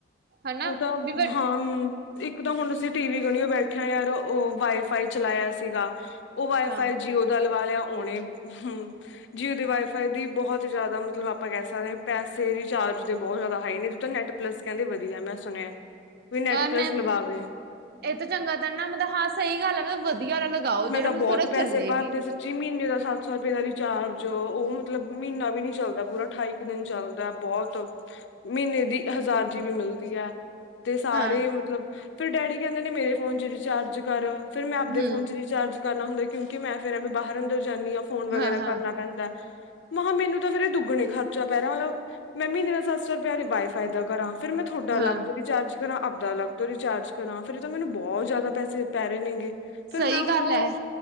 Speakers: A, on the right (about 55°); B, on the left (about 70°).
A: ਹਨਾ
B: ਉਹ ਤਾਂ
A: ਵੀ ਵੱ
B: ਹਾਂ ਇੱਕ ਤਾਂ ਹੁਣ ਅਸੀਂ ਟੀ ਵੀ ਗਣੀਓ ਬੈਠਿਆ ਯਾਰ, ਉਹ ਵਾਈਫਾਈ ਚਲਾਇਆ ਸੀਗਾ ਉਹ ਵਾਈਫਾਈ
A: ਹਾਂ
B: ਜੀਓਦਾ ਲਵਾ ਲਿਆ ਉਹਓਨੇ, ਹਮ। ਜੀ ਓਦੇ ਵਾਈਫਾਈ ਦੀ ਬਹੁਤ ਜ਼ਿਆਦਾ ਮਤਲਬ ਆਪਾਂ ਕਹਿ ਸਕਦੇ ਹਾਂ ਪੈਸੇ ਰਿਚਾਰਜ ਦੇ ਬਹੁਤ ਜ਼ਿਆਦਾ ਹਾਈ ਨੇ ਜੇ ਤਾਂ ਨੈੱਟ ਪਲੱਸ ਕਹਿੰਦੇ ਵਧੀਆ ਮੈਂ ਸੁਣਿਆ ਵੀ ਨੈਟ
A: ਅ ਨਹੀਂ
B: ਪਲੱਸ ਲਵਾਵੇ
A: ਇਹ ਤਾਂ ਚੰਗਾ ਤ ਨਾ ਮਤਲਬ ਹਾਂ ਸਹੀ ਗੱਲ ਹੈ ਵਧੀਆ ਲਗਾਓ
B: ਮੈਂ
A: ਜਿਹੜਾ
B: ਤਾਂ
A: ਮਤਲਬ
B: ਬਹੁਤ
A: ਥੋੜਾ
B: ਪੈਸੇ
A: ਚੱਲੇ
B: ਪਾਤੇ
A: ਵੀ
B: ਸੀ ਜੀ ਮਹੀਨੇ ਦਾ ਸੱਤ ਸੌ ਰੁਪਏ ਦਾ ਰਿਚਾਰਜ ਉਹ ਮਤਲਬ ਮਹੀਨਾ ਵੀ ਨੀ ਚੱਲਦਾ ਪੂਰਾ ਅਠਾਈ ਇੱਕ ਦਿਨ ਚੱਲਦਾ ਬਹੁਤ ਮਹੀਨੇ ਦੀ ਹਜ਼ਾਰ ਜੀ ਬੀ ਮਿਲਦੀ ਹੈ ਤੇ ਸਾਰੇ
A: ਹਾਂ
B: ਮਤਲਬ ਫੇਰ ਡੈਡੀ ਕਹਿੰਦੇ ਨੇ ਮੇਰੇ ਫੋਨ ਚ ਰਿਚਾਰਜ ਕਰ ਫੇਰ ਮੈਂ ਆਪਦੇ
A: ਹਮ
B: ਫੋਨ ਚ ਰੀਚਾਰਜ ਕਰਨਾ ਹੁੰਦਾ ਕਿਉਂਕਿ ਮੈਂ ਫੇਿਰ ਐਵੇਂ ਬਾਹਰ ਅੰਦਰ ਜਾਂਦੀ ਹ ਫੋਨ ਵਗੈਰਾ
A: ਹਾਂ
B: ਕਰਨਾ
A: ਹਾਂ
B: ਪੈਂਦਾ ਮੈਂ ਕਿਹਾ ਮੈਨੂੰ ਤਾਂ ਫੇਰ ਇਹ ਦੁੱਗਣੇ ਖਰਚਾ ਪੈ ਰਿਹਾ ਮਤਲਬ ਮੈਂ ਮਹੀਨੇ ਦਾ ਸੱਤ ਸੌ ਰੁਪਏ ਦਾ ਵਾਏ ਫਾਇ ਦਾ ਕਰਾਂ ਫਿਰ ਮੈਂ ਤੁਹਾਡਾ ਅਲਗ
A: ਹਾਂ
B: ਤੋਂ ਰਿਚਾਰਜ ਕਰਾਂ ਆਪਦਾ ਅਲੱਗ ਤੋਂ ਰਿਚਾਰਜ ਕਰਾਂ ਫਿਰ ਇਹ ਤਾਂ ਮੈਨੂੰ ਬਹੁਤ ਜ਼ਿਆਦਾ ਪੈਸੇ ਪੈ ਰਹੇ ਨੇਗੇ ਫੇਰ
A: ਸਹੀ
B: ਮੈਂ ਹੁਣ
A: ਗੱਲ
B: ਉਹ
A: ਹੈ